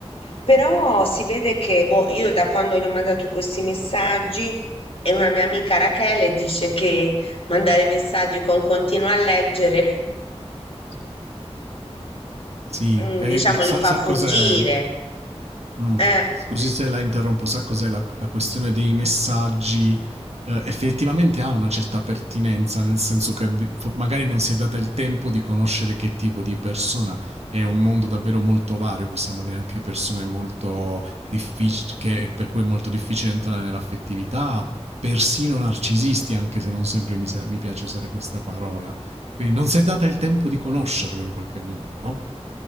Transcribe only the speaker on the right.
Sì,
e
lo sa
sa
cos'è? Mh.
Scusi se la interrompo, sa cos'è la la questione dei messaggi, ehm, effettivamente ha una certa pertinenza, nel senso che vi fo magari non si è data il tempo di conoscere che tipo di persona è un mondo davvero molto vario, possiamo avere anche persone molto diffic che per cui è molto difficile entrare nell'affettività, persino narcisisti, anche se non sempre mi sa mi piace usare questa parola. Quindi non s'è data il tempo di conoscerlo in qualche modo, no?